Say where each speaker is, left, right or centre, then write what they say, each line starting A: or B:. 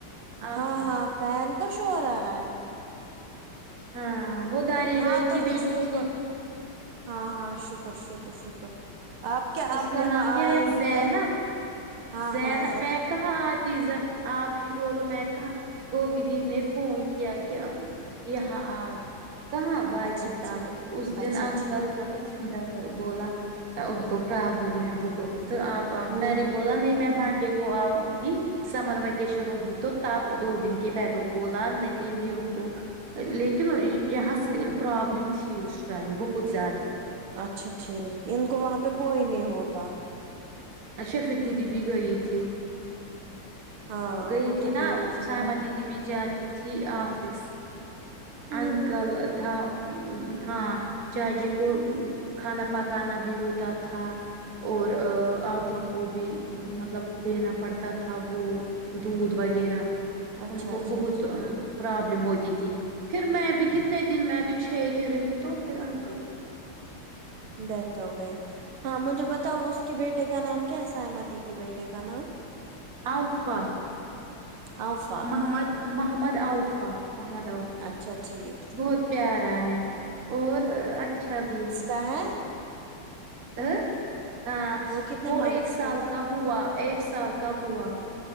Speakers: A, on the right (about 80°); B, on the right (about 45°).
A: ہاں
B: آپ کا
A: ہاں فین کا شوور آ رہا ہے
B: ہاں وہ دانش
A: ہاں
B: بھائی
A: تو
B: کی بیٹی
A: اس سے
B: تھی
A: کو ہاں ہاں شکر شکر شکر آپ کیا
B: اس
A: آپ
B: کا
A: یہاں
B: نام کیا
A: آئے
B: ہے
A: ہی
B: زینب
A: نہیں ہاں
B: زینب
A: ہاں
B: میں کہاں آج تیزر آپ ہی بولو میں کہاں گوگی دی نے فون کیا کہ یہاں آؤ کہاںاں بھائی
A: اچھا
B: مہتاب
A: ٹھیک
B: اس دن
A: اچھا
B: انکل
A: ٹھیک
B: مطلب زندہ بولا ان کو پرابلم ہے بہت آپ آپ
A: ہوں
B: میں نے
A: ہ
B: پتا نہیں میں مانڈے کو آؤں گی سمر ویکیشن ہوگی تو تب دو دن کے بی دو بولا نہیں نہیں ان کو لیکن یہ ہس پرابلم تھی اس ٹائم بہت زیادہ
A: اچھا ٹھیک ان کو وہاں پہ کوئی نہیں ہوتا
B: اچھا فتی دی بھی گئی تھی
A: ہاں
B: گئی
A: وہ
B: تھی
A: تو
B: نا
A: گئی تھی
B: سائمہ
A: نا
B: دیدی بھی جان تھی آفس
A: ہوں
B: اننکل
A: ہوں
B: تھا ہاں جائے جی کو کھانا پکانا بھی ہوتا تھا اور آؤ فکو بھی مطلب دینا پڑتا تھا وہ دودھ وغیرہ
A: اچھا
B: ان کو
A: اچھا
B: بہت
A: اچھا
B: پرابلم ہوتی تھی پھر میں بھی کتنے دن میں بھی چھ دن رہی تو پھر انکل
A: ڈیتھ ہو گئی ہاں مجھے بتاؤ اس کے بیٹے کا نام کیا ہے سمدی کے بیٹے کا نام
B: اوفا
A: اوفا
B: محمد محمد آوفا محمد عفان
A: اچھا ٹھیک ٹھیک
B: بہت پیارا
A: ٹھیک
B: ہے اور اچھا بھی ہے
A: ک <inaudible>
B: ا ہاں
A: کتنے
B: وہ
A: منتھس
B: ایک سال
A: ہے
B: کا ہوا ایک سال کا ہوا